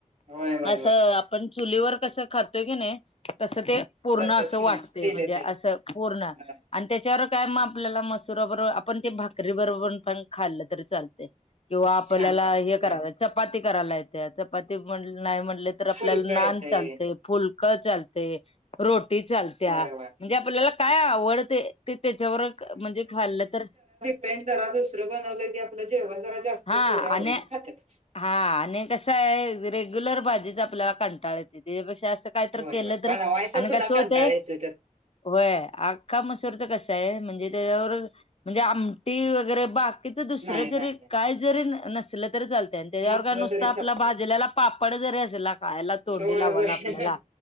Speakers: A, on the right; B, on the left.
A: होय होय
B: असं
A: होय
B: आपण चुलीवर कसं खातोय की नायी? तसं ते पूर्ण
A: तसच
B: असं
A: फील
B: वाटतय म्हणजे
A: येतंय
B: असं पूर्ण
A: होय
B: आणि त्याच्यावर काय मग आपल्याला मसुरा बरोबर आपण ते भाकरी बरोबर पण खाल्लं तरी चालतय किंवा आपल्याला
A: छान लागतंय
B: हे कराय
A: होय
B: चपाती करायला येत्या चपाती म्हटल नाय म्हटल तर आपल्याला
A: फुलकं
B: नान
A: येतंय
B: चालतंय, फुलकं चालतंय रोटी, चाल त्या
A: होय
B: म्हणजे
A: होय
B: आपल्याला काय आवडते ते त्याच्याबरोबर म्हणजे खाल्लं तर
A: प जरा दुसरं बनवलं की आपलं जेवण जरा जास्त
B: हा
A: पोरं आवडीनं
B: आणि
A: खात्यात
B: हा आणि कसाय रेग्युलर भाजीच आपल्याला कंटाळा येतो त्याच्यापेक्षा असं काय तर
A: होय
B: केलं
A: होय
B: तर
A: बनवायचा
B: आणि
A: सुद्धा
B: कसं
A: कंटाळ
B: होतयं
A: येतोय तर
B: व्हय आख्खा मसूरच कसंय म्हणजे त्याच्याबरोबर म्हणजे आमटी वगैरे भात एक तर दुसरं
A: नाही
B: जरी
A: नाही नाही
B: काय जरी नसलं तरी चालतय आणि त्याच्यावर
A: नसलं
B: नुसत
A: तरी
B: आपलं
A: चालतंय
B: भाजल्याला पापड जरी असला खायला तोंडी
A: होय
B: लावाला
A: होय
B: आपल्याला